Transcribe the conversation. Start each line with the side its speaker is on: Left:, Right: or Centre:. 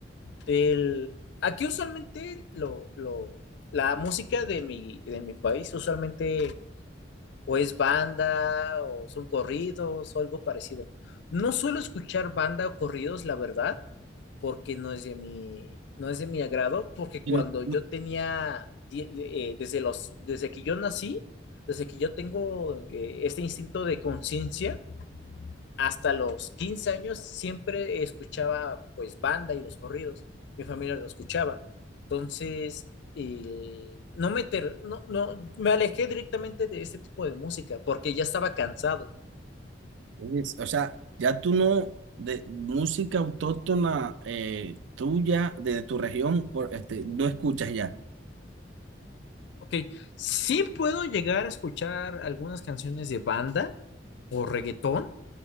Left: El, aquí usualmente lo, lo- la música de mi, de mi país usualmente o es banda o son corridos o algo parecido. No suelo escuchar banda o corridos, la verdad, porque no es de mi, no es de mi agrado, porque
Right: Y
Left: cuando
Right: no-
Left: yo
Right: no-
Left: tenía, die- eh, desde los, desde que yo nací, desde que yo tengo eh, este instinto de conciencia, hasta los 15 años siempre escuchaba pues banda y los corridos, mi familia lo escuchaba, entonces eh, no, me ter no, no, me alejé directamente de este tipo de música porque ya estaba cansado.
Right: es- O sea, ya tú no, de música autóctona eh, tuya, de tu región, por, este, no escuchas ya.
Left: Ok, sí puedo llegar a escuchar algunas canciones de banda o reggaetón,